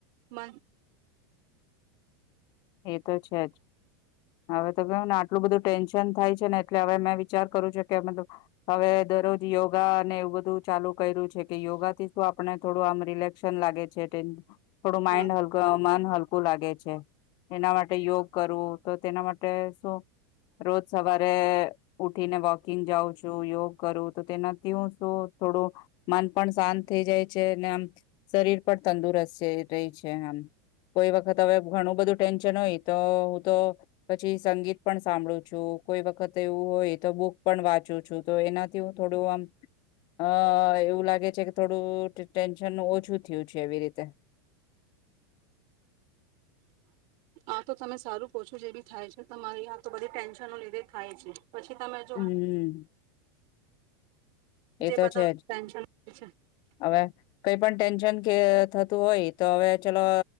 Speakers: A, on the right (about 50°); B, on the left (about 40°).
A: મ
B: એ તો છે જ હવે તો કેવું નાટ આટલું બધું ટેન્શન થાય છે ને એટલે હવે મેં વિચાર કરું છે કે મતલબ હવે દરરોજ યોગા ને એવું બધું ચાલુ કર્યું છે કે યોગા થી શું આપણે થોડું આમ રિલેક્શન લાગે છે થોડું માઈન્ડ
A: હા
B: હલકું મન હલકું લાગે છે માટે યોગ કરવું તો તેના માટે શું રોજ સવાર આપે ઉઠી ને વોકિંગ જાઉં છું યોગ કરું તો તેનાથી હું શું થોડું મન પણ શાંત થઈ જાય છે ને આમ શરીર પણ તંદુરસ્ત રહી છે આમ કોઈ વખત હવે ઘણું બધું ટેન્શન હોય તો હું તો પછી સંગીત પણ સાંભળું જો કોઈ વખત એવું હોય તો બુક પણ વાંચું છું તો એનાથી હું થોડું આમ અ એવું લાગે છે થોડું ટેન્શનનું ઓછું થયું છે એવી રીતે
A: આ તો તમે સારું પછો જે બી થાય છે તમારી આ તો બધી ટેન્શન લીધે થાય છે. પછી તમે જો
B: હમ્મ,
A: જે
B: એ તો
A: બધા
B: છે જ
A: ટેન્શન છે
B: હવે કઈ પણ ટેન્શન કે થતું હોય તો હવે ચલો